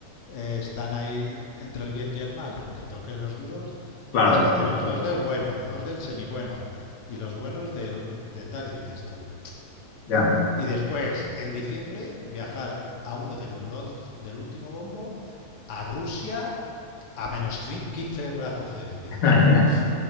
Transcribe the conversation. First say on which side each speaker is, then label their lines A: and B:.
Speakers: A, on the left (about 85°); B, on the left (about 50°).
A: eh, están ahí entre el bien y el mal, te toquen los duros,
B: claro,
A: es que tienes
B: eso que
A: dos
B: le pasó.
A: del bueno, dos del semibueno, y los buenos del, de tal, y dices tú,
B: Ya.
A: y después, en diciembre, viajar a uno del, del último bombo, a Rusia, a menos quince bajo cero. Y dices
B: <laughs>
A: tú,
B: Ya.